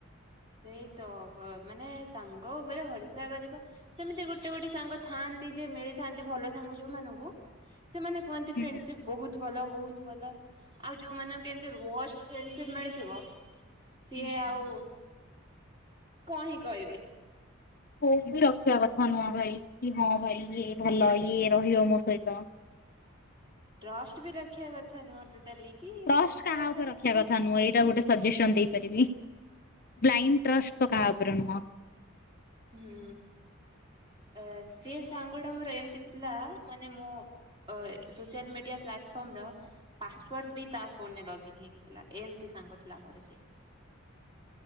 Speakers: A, on the right (about 25°); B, on the left (about 45°).
A: ସେଇ ତ ଘ ମାନେ ସାଙ୍ଗ ଉପରେ ଭରିସା କରିବା ସେମିତି ଗୋଟେ ଗୋଟେ ସାଙ୍ଗ ଥାନ୍ ମିଳିଥାନ୍ତି ଭଲ ସାଙ୍ଗ ଯୋଉ ମାନଙ୍କୁ ସେମାନେ କୁହନ୍ତି ଫ୍ରେଣ୍ଡସିପ୍
B: ହୁଁ
A: ବହୁତ ଭଲ ବହୁତ ଭଲ। ଆଉ ଯୋଉ ମାନଙ୍କୁ ବୋର୍ସ ଫ୍ରେଣ୍ଡସିପ ମିଳିଥିବ। ସିଏ
B: ହୁଁ ହୁଁ।
A: ଆଉ କଣ ହିଁ କହିବେ।
B: ହୋପ ବି ରଖିବା କଥା ନୁହଁ ଭାଇ କି ହଁ ଭାଇ ଇଏ ଭଲ ଇଏ ରହିବ ମୋ ସହିତ।
A: ଟ୍ରଷ୍ଟ ବି ରଖିବା କଥା ନୁହଁ ଟୋଟାଲି। କି
B: ଟଷ୍ଟ
A: ମୋ ହିସାବରେ
B: କାହା ଉପରେ ରଖିବା କଥା ନୁହଁ। ଏଇଟା ଗୋଟେ ସଜେସନ ଦେଇ ପାରିବି ଲାଇନ ଟ୍ରଷ୍ଟ ତ କାହା ଉପରେ ନୁହଁ।
A: ହୁଁ। ଅ ସିଏ ସାଙ୍ଗଡା ମୋର ଏମିତି ଥିଲା। ମାନେ ମୋ ଓଏ ସୋସିଆଲ ମିଡିଆ ପ୍ଲାଟଫର୍ମ ର ପାସୱାର୍ଡସ୍ ବି ତା ଫୋନରେ ଲଗଇନ୍ ହେଇକି ଥିଲା। ଏମତି ସାଙ୍ଗଥିଲା ମୋର ସିଏ।